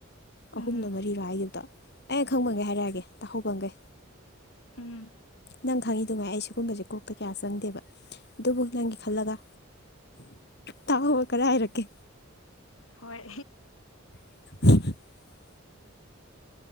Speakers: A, on the left (about 55°); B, on the left (about 75°).
A: ꯑꯍꯨꯝꯅ
B: ꯎꯝ
A: ꯃꯔꯤꯔꯣ ꯍꯥꯏꯈꯤꯕꯗꯣ ꯑꯩ ꯈꯪꯕꯒꯦ ꯍꯥꯏꯔꯛꯑꯒꯦ ꯇꯥꯍꯨꯒꯪꯒꯦ
B: ꯎꯝ
A: ꯅꯪ ꯈꯪꯉꯤꯗꯨ ꯉꯥꯏ ꯑꯩ ꯁꯤꯒꯨꯝꯕꯁꯦ ꯀꯣꯛꯇ ꯀꯌꯥ ꯆꯪꯗꯦꯕ ꯑꯗꯨꯕꯨ ꯅꯪꯒꯤ ꯈꯜꯂꯒ ꯇꯥꯎꯍꯕ ꯀꯗꯥ ꯍꯥꯏꯔꯛꯀꯦ
B: ꯍꯣꯏ
A: <inaudible>